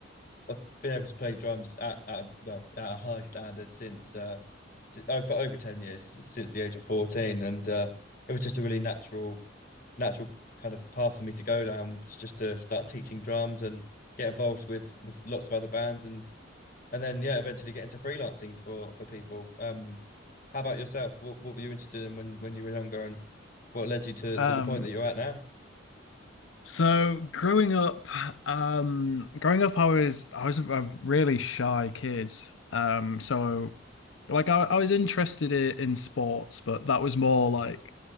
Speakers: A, on the left; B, on the left.
A: I've been able to play drums at, at well at a high standard since uh si oh, for over ten years si, since, the age of fourteen, and uh, it was just a really natural natural kind of path for me to go down, just to start teaching drums and get involved with with lots of other bands, and and then yeah, eventually get into freelancing for for people. Um, how about yourself? What what were you interested in when when you were younger, and what led you to
B: Um,
A: to the point that you're at now?
B: So growing up, um, growing up, I was I was a really shy kid. Um, so like I, I was interested in, in sports, but that was more like